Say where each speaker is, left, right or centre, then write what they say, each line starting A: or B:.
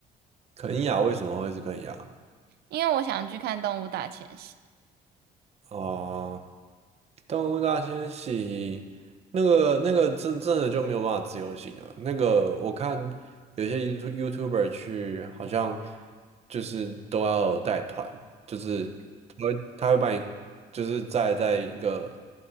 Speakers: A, on the right (about 40°); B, on the right (about 70°).
A: 肯亚为什么会是肯亚？
B: 因为我想去看动物大迁徙。
A: 哦。动物大迁徙，那个那个真真的就没有办法自由行了。那个我看有些 YouTube YouTuber 去，好像就是都要带团，就是他会他会把你就是在在一个